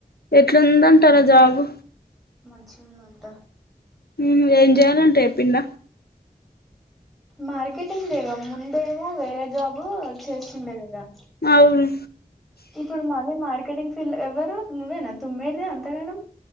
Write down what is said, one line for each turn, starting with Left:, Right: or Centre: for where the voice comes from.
Left: ఎట్లుదంటారా జబు
Centre: మంచి ఉన్నంత
Left: హ్మ్ ఏం చేయాలంటే రేపిల్ల
Centre: మార్కెటింగ్ లేేద ముందేమో వేరే జాబు చేస్తుండే కదా
Left: అవును
Centre: ఇప్పుడు మళ్ళీ మార్కెటింగ్ ఫీల్డ్ ఎవరు నువ్వేనా తుమ్మేదిదే అంతగనం